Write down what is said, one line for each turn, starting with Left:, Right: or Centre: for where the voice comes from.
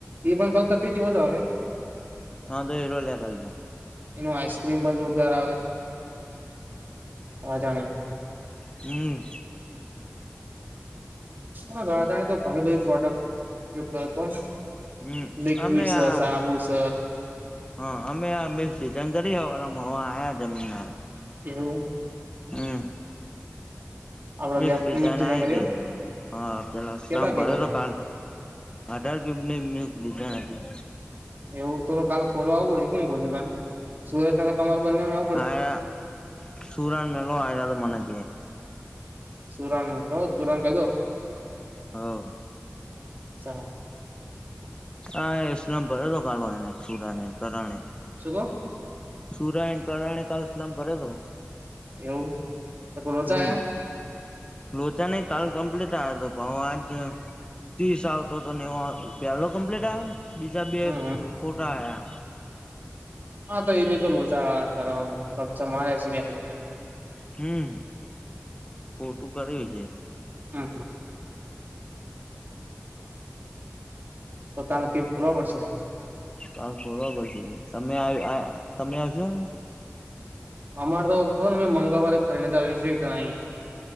Right: પણ કતિ જવો જ આવે.
Left: હું એરો લેતા જાઓ.
Right: એનું આઈસ્ક્રીમ પણ જોરદાર આવે. આ જાણે.
Left: હમ.
Right: હ રાધાણી તો ઘણી બધી પ્રોડક્ટ ઉપયોગ કર હતો.
Left: હમ
Right: લિક્વિડ
Left: અમે
Right: સ
Left: આ
Right: સાબુ સ.
Left: હા અમે આ મિક્સ ડિઝન કરી હવાળમાં આયા જમીન હર
Right: એવું.
Left: હા.
Right: આપડે
Left: મિક્સ
Right: લેબ
Left: ડિઝાઇન આઈ
Right: કરી
Left: હતી
Right: એમ
Left: હા પેલાલામ
Right: કેટલા કે
Left: ભ
Right: બધા
Left: હતો કાલ આટાર કીયુપ ની મિકસ દાય.
Right: એવું તો કાલ ખોલવા આવવું પડશે શ કશું સુરેશનગર તમારે બંને એવ
Left: આળ સૂરન મેલો આયળદ મન કે..
Right: સુરાનુ કો સુરાન કઈ દો.
Left: હવ.
Right: ચા.
Left: હા સ્લમ ભરે તો કાલ એને સુરાને કરણે
Right: શું કોહ?
Left: સુરા એ કરણે કાલ સલામ ભર્યા હતો.
Right: એવું તો કો લોચા
Left: હમ
Right: હ
Left: લોચા નહી કાલ કમ્પ્લીટ આ તોહ આજ ત્રીસ આવતો હતો ને એવો પેલો કમ્પ્લીટ આવ્યો બીજા બે
Right: હમ હમ
Left: ખોટા આવ્યા.
Right: હા તો એ બી તો લોચા કરવા <unintelligible> નું રે
Left: હમ ખોટું કર્યું છે.
Right: હા હા. તો <unintelligible> તલલે કે ફોલા પડશે.
Left: કામ કરો પછે સમય આય તમે તમે આવશો
Right: અમારે તો કોહને અ મંગળવારે ફરીને સ્વીણાએ